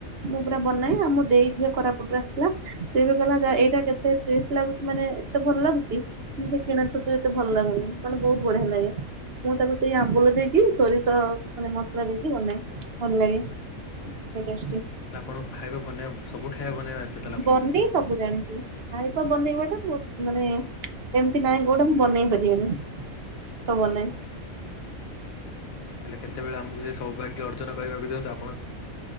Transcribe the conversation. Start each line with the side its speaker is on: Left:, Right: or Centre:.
Right: ମୁଁ ପୁରା ବନାଏ ଆଉ ମ ଦେଇ ଝିଅ କୋରାପୁଟରୁ ଆସିଥିଲା ସେ ବି କହିଲା ଆ ଏଇଟା କେତେ ଟେଷ୍ଟ ଲାଗୁଚି ମାନେ ଏତେ ଭଲ ଲାଗୁଚି। ସେମତି କିଣା ଛତୁ ଏତେ ଭଲ ଲାଗୁନି ମାନେ ବହୁତ ବଢିଆ ଲାଗେ। ମୁଁ ତାକୁ ସେଇ ଆମ୍ବୁଲ ଦେଇକି ସୋରିଷ ମାନେ ମସଲା ଦେଇକି ବନାଏ ଭଲ ଲାଗେ। ଟେଷ୍ଟି।
Left: ତାହେଲେ ଆପଣଙ୍କୁ ଖାଇବା ବନେଇବାକୁ ସବୁ ଖାଇବା ବନେଇବା ଆସେ ତାହେଲେ ଆପଣଙ୍କୁ
Right: ବନେଇ ସବୁ ଜାଣିଚି। ଖାଇବା ବନେଇବା ଟା ମୁ ମାନେ ଏମିତି ନାହିଁ କୋଉଟା ମୁଁ ବନେଇ ପାରିବିନି। ସବୁ ବନାଏ।
Left: <inaudible> କେତେବେଳେ ଆମକୁ ସେ ସୌଭାଗ୍ୟ ଅର୍ଜନ କରିବାକୁ ଦିଅନ୍ତୂ ଆପ